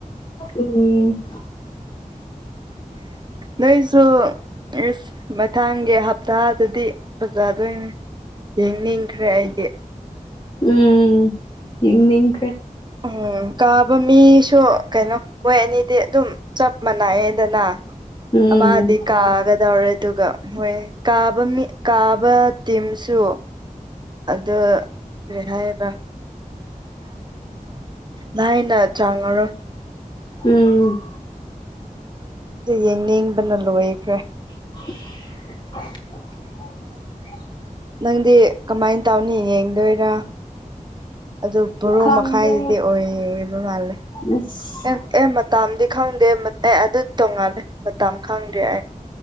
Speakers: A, on the left (about 35°); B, on the right (about 30°).
A: ꯎꯝ
B: ꯅꯣꯏꯁꯨꯁ ꯃꯊꯪꯒꯤ ꯍꯞꯇꯥꯗꯗꯤ ꯐꯖꯗꯣꯏꯅꯦ ꯌꯦꯡꯅꯤꯡꯈ꯭ꯔꯦ ꯑꯩꯗꯤ
A: ꯎꯝ ꯍꯅꯤ
B: ꯎꯝ ꯀꯥꯕ ꯃꯤꯁꯨ ꯀꯩꯅꯣ ꯃꯣꯏ ꯑꯅꯤꯗꯤ ꯑꯗꯨꯝ ꯆꯞ ꯃꯅꯥ ꯌꯦꯗꯅ
A: ꯎꯝ
B: ꯑ ꯃꯥꯗꯤ ꯀꯥꯒ ꯇꯧꯔꯦ ꯑꯗꯨꯒ ꯃꯣꯏ ꯀꯥꯕ ꯃꯤ ꯀꯥꯕ ꯇꯤꯝꯁꯨ ꯑꯗꯨ ꯀꯔꯤ ꯍꯥꯏꯔ꯭ꯔ ꯂꯥꯏꯅ ꯆꯪꯉꯔꯣꯏ
A: ꯎꯝ
B: ꯦ ꯌꯦꯡꯅꯤꯡꯕꯅ ꯂꯣꯏꯈ꯭ꯔꯦ
A: <inaudible> <unintelligible>
B: ꯅꯪꯗꯤ ꯀꯃꯥꯏꯅ ꯇꯧꯅꯤ ꯌꯦꯡꯗꯣꯏꯔꯥ ꯑꯗꯨ ꯕꯣꯔꯣ
A: ꯈꯪꯗ꯭ꯔꯦ
B: ꯃꯈꯥꯏꯁꯤꯗꯤ ꯑꯣꯏꯕ ꯃꯥꯜꯂꯦ
A: ꯑꯁ
B: ꯑꯦ ꯑꯦ ꯃꯇꯥꯥꯡꯗ ꯈꯥꯗ ꯑꯦ ꯑꯗꯨ ꯇꯣꯡꯉꯥꯜꯂꯦ ꯃꯇꯝ ꯈꯪꯗ꯭ꯔꯦ ꯑꯩ